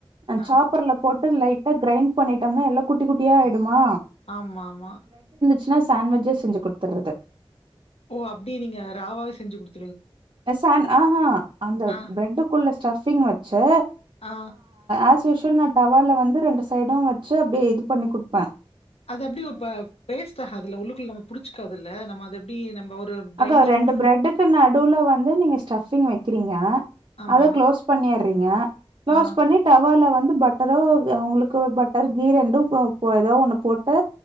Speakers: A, on the right; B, on the left.
A: அ
B: ஆ
A: சாப்பர்ல போட் லைட்டா கிரைண்ட் பண்ணிட்டோனா எல்லா குட்டிகுட்டி ஆயிடுமா
B: ஆமாமா
A: சினா சாண்ட்விஜ்ஜே செஞ்சு குடுத்துர்றது
B: ஓ அப்டி நீங்க ராவாவே செஞ்சு குடுத்
A: எ சாண் ஆஹா அந்த
B: ஆ
A: பிரட்டுக்குள்ள ஸ்டஃப்ஃபிங் வச்சு
B: ஆ
A: ஆஸ் யூஷ் தில் நா டவால வந்து ரெண்டு சைடூ வச்சு அப்டியே இது பண்ணி குப்பே
B: அது அப்டி ப வேஸ்ட ஆ அதுல உள்ளுக் குள்ள நம்ம புடிச்சிக்காதுல்ல நம்ம அது எப்டி நம்ம ஒரு பைண்டிங்
A: அக்கா ரெண்டு பிரெட்டுக்கு நடுவுல வந்து நீங்க ஸ்டிங் வைக்கிறீங்க
B: ஆமா
A: அத க்ளோஸ் பண்ணி றீங்க க்ளோஸ்
B: ஆ
A: பண்ணி டவால வந்து வந்து பட்டரோ அவங்களுக்கு பட்டர் கீ ரெண்டும் போ ஏதோ ஒண்ணு போட்டு